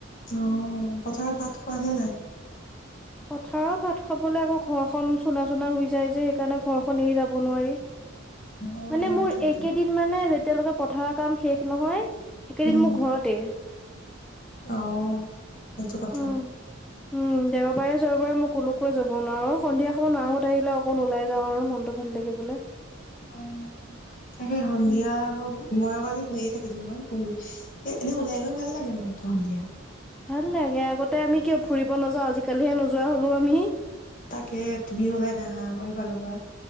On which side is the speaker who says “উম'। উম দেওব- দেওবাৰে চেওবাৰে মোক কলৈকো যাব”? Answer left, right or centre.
Centre